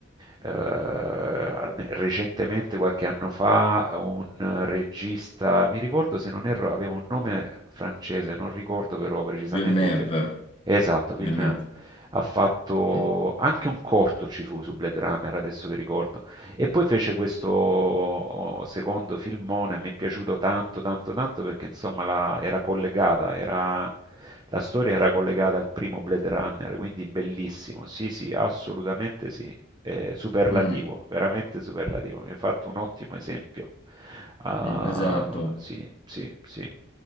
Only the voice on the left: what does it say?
Villeneuve.
Vennero.
Mm,
mm,
mm, esatto.